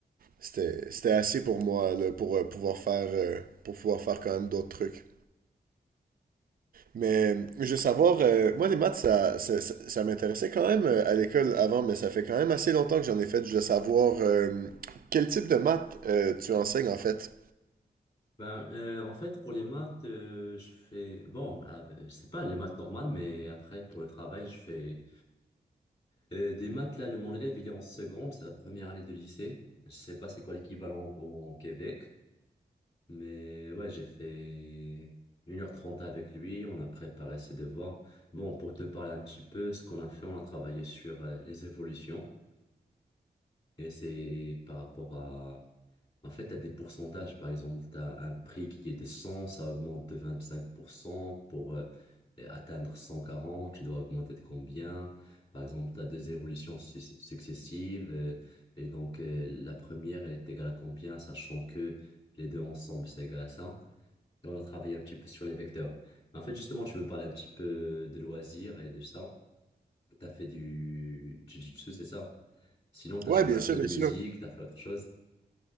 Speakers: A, on the right (about 65°); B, on the left (about 40°).
A: c'était c'était assez pour moi là, pour euh, pouvoir faire euh, pour pouvoir faire quand même d'autres trucs. Mais je veux savoir, euh, moi les maths, ça, ça, ça- ça m'intéressait quand même euh, à l'école avant, mais ça fait quand même assez longtemps que j'en ai fait. Je veux savoir euh, quel type de maths euh, tu enseignes en fait.
B: Ben, euh, en fait, pour les maths, euh, je fais... Bon, euh, je sais pas, les maths normales, mais après, pour le travail, je fais... euh, des maths, là, le, mon élève, il est en seconde, c'est la première année de lycée. Je sais pas c'est quoi l'équivalent au au Québec. Mais ouais, j'ai fait une heure trente avec lui, on a préparé ses devoirs. Bon, pour te parler un petit peu, ce qu'on a fait, on a travaillé sur euh, les évolutions. Et c'est par rapport à... En fait, t'as des pourcentages. Par exemple, t'as un prix qui est de cent ça augmente de 25%. Pour euh, atteindre cent quarante tu dois augmenter de combien? Par exemple, t'as des évolutions su- successives. euh, et donc, euh, la première, elle est égale à combien, sachant que les deux ensemble, c'est égal à ça. Et on a travaillé un petit peu sur les vecteurs. En fait, justement, tu me parlais un petit peu de loisirs et de ça. T'as fait du du jiu-jitsu, c'est ça? Sinon, t'as
A: Ouais,
B: joué
A: bien
B: un peu
A: sûr, bien
B: de musique,
A: sûr.
B: t'as fait autre chose?